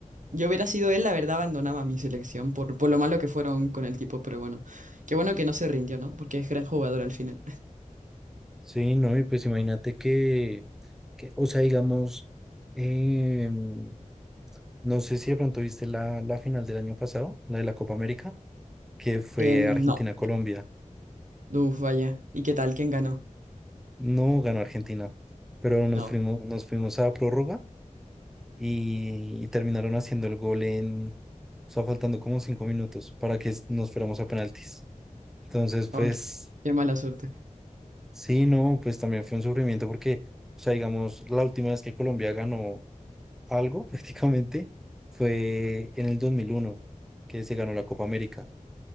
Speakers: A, on the right; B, in the centre.
A: yo hubiera sido él, la verdad, abandonaba mi selección por, por lo malo que fueron con el tipo, pero bueno, qué bueno que no se rindió, ¿no? Porque es gran jugador al final.
B: sí, no, y pues imagínate que, que, o sea, digamos, em, no sé si de pronto viste la, la final del año pasado, la de la Copa América, que fue
A: Eh, no,
B: Argentina-Colombia.
A: uf, vaya. ¿Y qué tal? ¿Quién ganó?
B: No ganó Argentina, pero nos
A: No,
B: fuimos, nos fuimos a prórroga y, y terminaron haciendo el gol en, o sea, faltando como cinco minutos para que nos fuéramos a penaltis. Entonces, pues,
A: no, qué qué mala suerte.
B: sí, no, pues también fue un sufrimiento porque, o sea, digamos, la última vez que Colombia ganó algo <laughs> prácticamente fue en el 2001 que se ganó la Copa América.